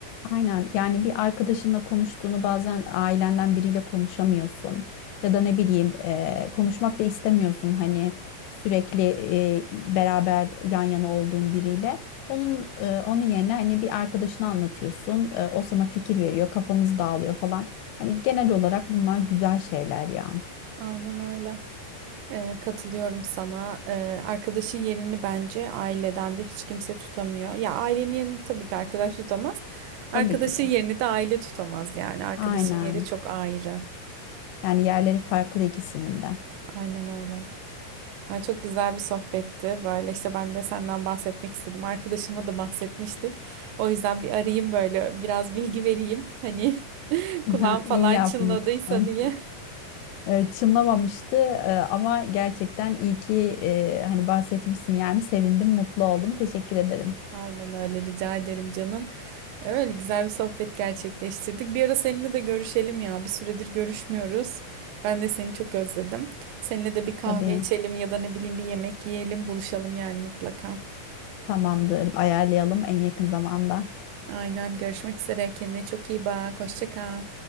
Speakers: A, on the left (about 85°); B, on the right (about 85°).
A: Aynen yani bir arkadaşınla konuştuğunu bazen ailenden biriyle konuşamıyorsun ya da ne bileyim eee, konuşmak da istemiyorsun hani sürekli eee, beraber yan yana olduğun biriyle onun eee, onun yerine hani bir arkadaşına anlatıyorsun Eee, o sana fikir veriyor kafanız dağılıyor falan hani genel olarak bunlar güzel şeyler ya
B: Aynen öyle. Ee, katılıyorum sana. Ee, arkadaşın yerini bence aileden de hiç kimse tutamıyor. Ya ailenin yerini tabii ki arkadaş tutamaz. Arkadaşın
A: tabii ki de
B: yerini de aile tutamaz yani. Arkadaşın
A: aynen
B: yeri çok ayrı.
A: yani yerleri farklı ikisinin de
B: Aynen öyle. Yani çok güzel bir sohbetti. Böyle işte ben de senden bahsetmek istedim. Arkadaşıma da bahsetmiştik. O yüzden bir arayayım böyle biraz bilgi vereyim. Hani <laughs>
A: <laughs>
B: kulağım falan
A: iyi yapmışsın
B: çınladıysa diye.
A: e, çınlamamıştı E, ama gerçekten iyi ki e, hani bahsetmişsin yani sevindim, mutlu oldum. Teşekkür ederim.
B: Aynen öyle rica ederim canım. Öyle güzel bir sohbet gerçekleştirdik. Bir ara seninle de görüşelim ya. Bir süredir görüşmüyoruz. Ben de seni çok özledim. Seninle de bir kahve
A: Tabii
B: içelim ya da ne bileyim bir yemek yiyelim, buluşalım yani mutlaka.
A: tamamdır. Ayarlayalım en yakın zamanda.
B: Aynen görüşmek üzere. Kendine çok iyi bak. Hoşça kal.